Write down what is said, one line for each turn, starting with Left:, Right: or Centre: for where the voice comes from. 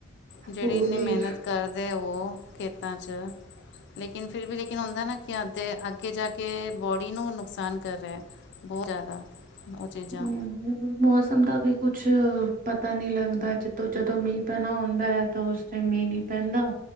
Left: ਜੇੜੀ
Right: ਉਹ
Left: ਇੰਨੀ
Right: ਵੀ
Left: ਮਿਹਨਤ ਕਰਦੇ, ਓ। ਖੇਤਾਂ ਚ ਲੇਕਿਣ ਫਿਰ ਵੀ ਲੇਕ ਹੁੰਦਾ ਨਾ, ਕਿ ਅੱਧ ਅ ਕੇ ਜਾ ਕੇ ਬੋਡੀ ਨੂੰ ਨੁਕਸਾਨ ਕਰਦੈ, ਬਹੋਤ ਜਾਦਾ ਓ ਚੀਜਾ।
Right: ਹਮ ਮੌਸਮ ਦਾ ਵੀ ਕੁਛ ਪਤਾ ਨਈਂ ਲੱਗਦਾ, ਜਦੋਂ ਜਦੋਂ ਮੀਂਹ ਪੈਣਾ ਹੋਂਦਾ ਤਾਂ ਓਸ ਟੈਮ ਮੀਂਹ ਨੀ ਪੈਂਦਾ,